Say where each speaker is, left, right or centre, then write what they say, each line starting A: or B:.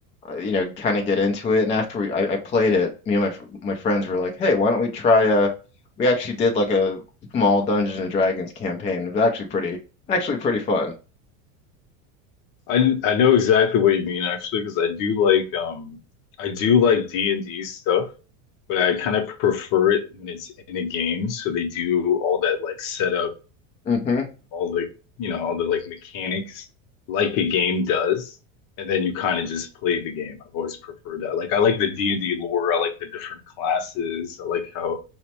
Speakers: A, on the left; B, on the left.
A: uh, you know, kind of get into it. And after we, I, I played it, me and my fr- my friends were like, "Hey, why don't we try a?" We actually did like a small Dungeons and Dragons campaign. It was actually pretty, actually pretty fun.
B: I I know exactly what you mean actually, because I do like um I do like D&D stuff, but I kind of prefer it when it's in a game. So they do all that like setup
A: hmm
B: all the you know all the like mechanics like a game does, and then you kind of just play the game. I've always preferred that. Like I like the D&D lore. I like the different classes. I like how